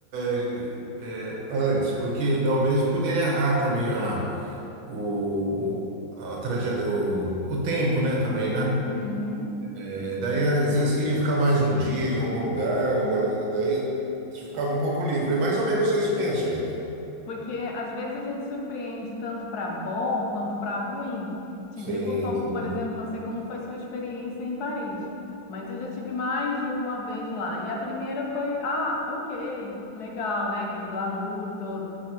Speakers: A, on the right (about 80°); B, on the left (about 60°).
A: é, é, antes, porque talvez poderia errar também a o, a trajetória, o, o tempo, né, também, né?
B: Uhum.
A: É, daí, às vezes, queria ficar mais um dia em algum lugar, ou uma, daí ficava um pouco livre. É mais ou menos isso mesmo, Sayão.
B: Porque às vezes a gente surpreende tanto para bom quanto para ruim. Te
A: Sim,
B: digo como,
A: sim.
B: por exemplo, não sei como foi sua experiência em Paris, mas eu já tive mais de uma vez lá. E a primeira foi, ah, ok, legal, né? Aquele glamour todo.